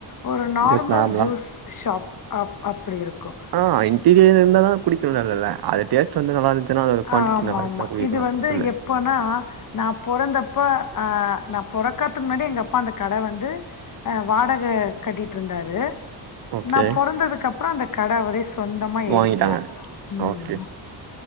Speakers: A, on the left; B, on the right.
A: ஒரு நார்மல்
B: ஜஸ்ட் நார்மலா?
A: ஜூஸ் ஷாப் அப் அப்டி இருக்கு
B: ஆ இன்டீரியர் இருந்தா தான் குடிக்கணு இல்லல அ டேஸ்ட் வந்து நல்லாந்துச்சன்னா அதோட குவாண்ட்டிடி
A: ஆமா,
B: நல்ல இருந்துசுன
A: ஆமா.
B: குடிக்குறதுல
A: இது வந்து
B: தப்பில்ல
A: எப்போனா நா பொறந்தப்போ நா பொறக்கத்துக்கு முன்னாடியே எங்க அப்பா அந்த கட வந்து வாடக கட்டிட்டு இருந்தாரு
B: ஓகே.
A: நான் பொறந்ததுக்கு அப்புறோ அந்த கட அவரே சொந்தமா எழுதிக்கிட்டாரு
B: வாங்கிட்டாங்க.
A: உம்
B: ஓகே.